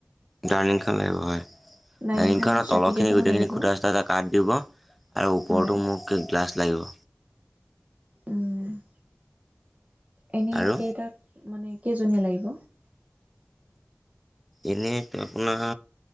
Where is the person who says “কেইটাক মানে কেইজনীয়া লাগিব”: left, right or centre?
Right